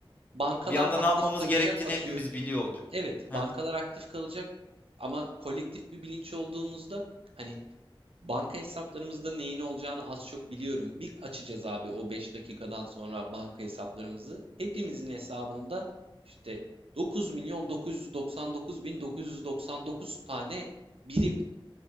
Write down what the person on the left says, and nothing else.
bir anda
ne yapmamız
gerektiğini
hepimiz biliyor olacak.
Hı hı,